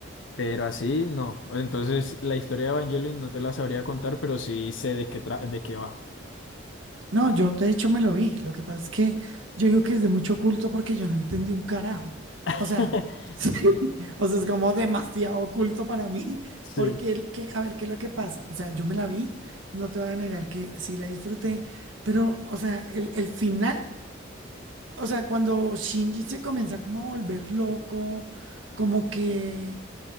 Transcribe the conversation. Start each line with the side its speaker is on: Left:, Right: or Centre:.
Left: Pero así no. Entonces la historia de Evangelion no te la sabría contar, pero sí sé de qué, tra- de qué va.
Right: No, yo de hecho me lo vi, lo que pasa es que yo digo que es de mucho culto porque yo no entendí un carajo,
Left: <laughs>
Right: o sea, <laughs> sí,
Left: Sí,
Right: o sea, es como demasiado oculto para mí,
Left: sí,
Right: porque, el- que, a ver, ¿qué es lo que pasa? O sea, yo me la vi, no te voy a negar que sí la disfruté, pero, o sea, el, el final, o sea, cuando Shinji se comienza como a volver loco, como que...